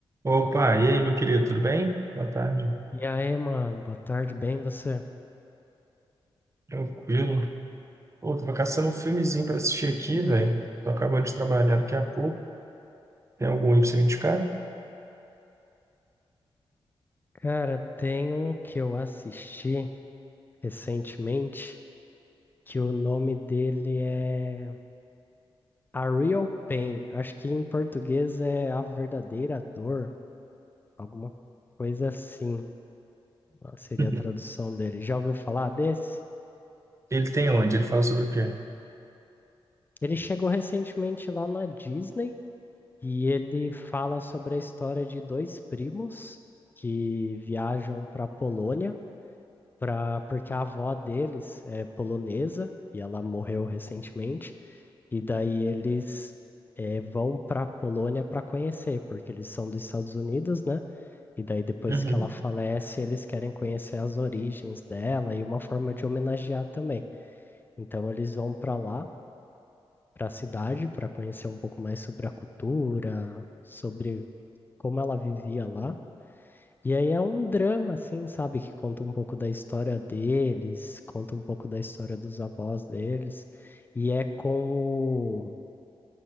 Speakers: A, on the right; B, on the left.
A: Opa, e aí, meu querido, tudo bem? Boa tarde.
B: E aí, mano, boa tarde, bem você?
A: Tranquilo. Pô, tava caçando um filmezinho pra assistir aqui, velho. Tô acabando de trabalhar daqui a pouco. Tem algum aí pra você me indicar?
B: Cara, tem um que eu assisti recentemente, que o nome dele é A Real Pain. Acho que em português é A Verdadeira Dor, alguma coisa assim, ah, seria
A: <laughs>
B: a tradução dele. Já ouviu falar desse?
A: Ele tem onde? Ele fala sobre o quê?
B: Ele chegou recentemente lá na Disney e ele fala sobre a história de dois primos que viajam para Polônia pra, porque a avó deles é polonesa e ela morreu recentemente, e daí eles eh, vão para Polônia para conhecer, porque eles são dos Estados Unidos, né? E daí depois
A: Uhum.
B: que ela falece, eles querem conhecer as origens dela e uma forma de homenagear também. Então eles vão para lá, para a cidade, para conhecer um pouco mais sobre a cultura, sobre como ela vivia lá. E aí é um drama, assim, sabe? Que conta um pouco da história deles, conta um pouco da história dos avós deles. E é com o...